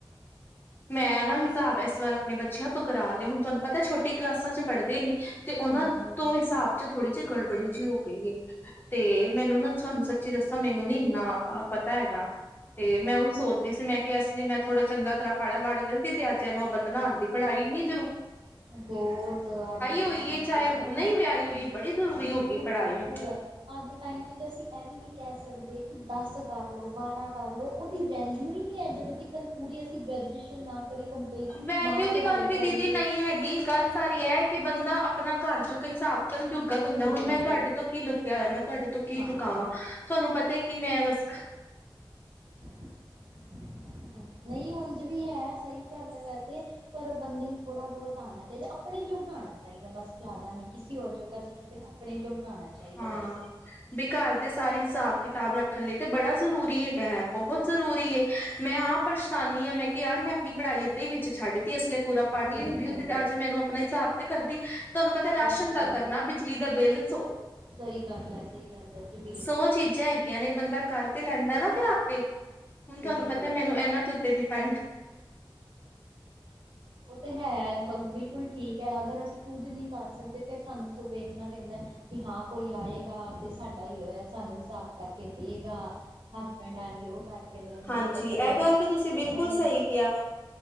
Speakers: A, on the left; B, on the right.
A: ਮੈਂ ਨਾ ਹਿਸਾਬ ਇਸ ਵਾਰ ਆਪਣੇ ਬੱਚ ਚਿਆਂ ਤੂੰ ਕਰਾ ਲਿਆ, ਹੁਣ ਤੁਹਾਨ ਪਤਾ, ਛੋਟੀ ਕਲਾਸਾਂ ਚ ਪੜਦੇ ਨੇ। ਤੇ ਉਹਨਾਂ
B: ਹਾਂਜੀ।
A: ਤੋਂ ਹਿਸਾਬ 'ਚ ਥੋੜੀ ਜਿਹੀ ਗੜਬੜੀ ਜ ਏ,
B: ਅੱਛਾ ਅੱਛਾ
A: ਤੇ ਮੈਨੂੰ ਨਾ, ਤੁਹਾਨੂੰ ਸੱਚੀ ਦੱਸਾਂ, ਮੈਨੂੰ ਨੀ ਇੰਨਾ ਪਤਾ ਹੈਗਾ, ਤੇ
B: ਅੱਛਾ
A: ਮੈਂ ਉਹੀ
B: ਜੀ
A: ਸੋਚਦੀ ਸੀ, ਮੈਂ ਕਿਹਾ, ਇਸ ਲਈ ਮੈਂ ਥੋੜਾ ਚੰਗਾ ਤਰਾ ਪੜ੍ਹ-ਵੜ ਲੈਂਦੀ, ਤੇ ਅੱਜ ਇਹ ਨੋਬਤ ਨਾ ਆਂਦੀ। ਪੜਾਈ ਨਹੀਂ।
B: ਬਹੁਤ ਅੱਜ ਦੇ
A: ਹੋਈ
B: ਟਾਈਮ
A: ਏ
B: ਚ
A: ਚਾਹੇ
B: ਨਾ,
A: ਨਹੀਂ ਵਿਆਹੀ ਹੋਈ ਬੜੀ ਜ਼ਰੂਰੀ
B: ਬਿਲਕੁਲ-ਬਿਲਕੁਲ
A: ਹੋ ਗਈ ਪੜ੍ਹਾਈ।
B: ਅੱਜ ਦੇ ਟਾਈਮ ਚ ਤਾਂ ਅਸੀਂ ਇਹ ਵੀ ਨਹੀ ਕਹਿ ਸਕਦੇ ਕਿ ਦਸ ਕਰ ਲਓ, ਬਾਹਰਾਂ ਕਰ ਲਓ, ਉਹਦੀ ਵੈਲਊ ਈ ਨਹੀਂ ਇਹ ਜਤੋ ਤਿਕਨ ਪੂਰੀ ਅਸੀਂ ਗ੍ਰੈਜੂਏਸ਼ਨ ਨਾ ਕਰੀਏ, ਕੰਪਲੀ
A: ਵੈਲਿਊ
B: ਨਾ
A: ਦੀ
B: ਪੜ੍ਹਾਈ
A: ਗੱਲ ਵੀ
B: ਕਰੀਏ।
A: ਦੀਦੀ ਨਹੀਂ ਹੈਗੀ ਗੱਲ
B: ਨਾ
A: ਸਾਰੀ,
B: ਪਰ
A: ਹੈ ਕਿ ਬੰਦਾ ਆਪਣਾ। ਘਰ ਚੋ ਕਈ ਹਿਸਾਬ ਕਰਨ-ਜੁੱਗਤ
B: ਬਿਲਕੁਲ
A: ਹੁੰਦਾ, ਹੁਣ
B: ਬਿਲਕੁਲ
A: ਮੈਂ ਤੁਹਾਡੇ ਤੋਂ ਕੀ ਲੁਕਿਆ ਹੋਇਆ? ਮੈਂ ਤੁਹਾਡੇ ਤੋਂ ਕੀ
B: ਹਾਂ
A: ਚੁਕਾਵਾਂ, ਤੁਹਾਨੂੰ ਪਤਾ। ਕਿ ਮੈਂ ਬਸ
B: <unintelligible> ਨਹੀਂ, ਉੰਝ ਵੀ ਹੈ। ਸਹੀ ਗੱਲ ਹੈ ਵੈਸੇ ਪਰ ਬੰਦੇ ਨੂੰ ਥੋੜਾ-ਬਹੁਤ ਆਣਾ ਚਾਹੀਦਾ, ਆਪਣੇ ਜੋਗਾ ਆਣਾ ਚਾਹੀਦਾ ਬਸ, ਜ਼ਿਆਦਾ ਨੀ ਕਿਸੇ ਹੋਰ ਜੋਗਾ ਅਸੀਂ ਕੀ ਕਰਨਾ? ਆਪਣੇ ਜੋਗਾ। ਆਉਣਾ ਚਾਹੀਦਾ
A: ਹਾਂ
B: ਬਸ
A: ਬਈ, ਘਰ ਦੇ ਸਾਰੇ। ਹਿਸਾਬ-ਕਿਤਾਬ ਰੱਖ। ਹਲੇ ਤੇ ਬੜਾ ਜ਼ਰੂਰੀ ਹੈਗਾ ਹੈ, ਬਹੁਤ ਜ਼ਰੂਰੀ ਏ ਮੈਂ ਆਪ ਪਰੇਸ਼ਾਨੀ ਹਾਂ ਮੈਂ ਕਿਹਾ, ਯਾਰ ਮੈਂ ਆਪਣੀ ਪੜ੍ਹਾਈ ਏਧਾਂ ਹੀ ਵਿੱਚ ਛੱਡਤੀ ਏ ਇਸ ਲਈ ਪੂਰਾ ਪੜ੍ਹ-ਲਿਖ
B: ਬਿਲਕੁਲ
A: ਤੀ ਹੁੰਦੀ, ਅੱਜ ਮੈਨੂੰ ਆਪਣਾ ਹਿਸਾਬ ਤੇ ਕਰਦੀ ਅਹ? ਤੁਹਾਨੂੰ ਪਤਾ, ਰਾਸ਼ਨ
B: ਬਿਲਕੁਲ
A: ਦਾ ਕਰਨਾ, ਬਿਜਲੀ ਦਾ ਬਿੱਲ, ਸੋ
B: ਸਹੀ ਗੱਲ ਹੈ ਸਹੀ ਗੱਲ ਹੈ ਜੀ ਬਿਲਕੁਲ
A: ਸੌ ਚੀਜ਼ਾਂ ਹੈਗੀਆਂ ਨੇ ਬੰਦਾ ਕਰ
B: ਹਾਂਜੀ
A: ਤੇ ਲੈਂਦਾ ਨਾ ਫ਼ਿਰ ਆਪੇ। ਹੁਣ ਤੁਹਾਨੂੰ
B: ਬਿਲਕੁਲ
A: ਪਤਾ ਮੈਨੂੰ ਇਹਨਾਂ ਦੇ ਉੱਤੇ ਡਿਪੈਂਡ
B: ਉਹ ਤੇ ਹੈ ਬ-ਬਿਲਕੁਲ ਠੀਕ ਐ, ਅਗਰ ਅਸੀਂ ਖੁੱਦ ਨਹੀਂ ਕਰ ਸਕਦੇ, ਫਿਰ ਸਾਨੂੰ ਉਸ ਵੇਖਣਾ ਪੈਂਦਾ ਐ ਕਿ ਹਾਂ ਕੋਈ ਆਏਗਾ ਤੇ ਸਾਡਾ ਈ ਸਾਨੂੰ ਹੀ ਸਾਫ਼ ਕਰਕੇ ਦੇਗਾ। ਹਸਬੈਂਡ ਆਣਗੇ ਉਹ ਕਰਕੇ ਦੇਣਗੇ,
A: ਹਾਂਜੀ
B: ਬੱਚੇ
A: ਇਹ
B: ਆਣ
A: ਗੱਲ ਤਾਂ ਤੁਸੀਂ ਬਿਲਕੁਲ
B: ਹੈਂ
A: ਸਹੀ ਕਿਹਾ